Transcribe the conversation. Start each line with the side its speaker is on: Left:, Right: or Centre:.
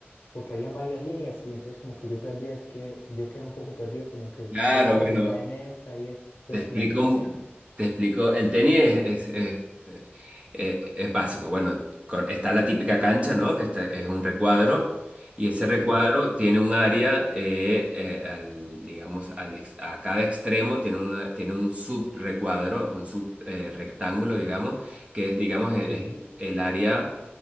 Left: porque habían varias líneas y entonces como que yo perdía, es que yo quedaba un poco perdido, como que
Right: Claro,
Left: qué pasa
Right: bueno,
Left: si cae en esta y esta, entonces
Right: Te explico,
Left: como que no
Right: un-
Left: sé.
Right: te explico. El tenis es, es, es- eh, eh, es básico. Bueno, co- está la típica cancha, ¿no? Que está- es un recuadro. Y ese recuadro
Left: Sí,
Right: tiene un área, eh, eh, al- digamos, al ex- a cada extremo tiene, una, tiene un subrecuadro, un subrectángulo, digamos, que es, digamos, e-
Left: sí,
Right: es el área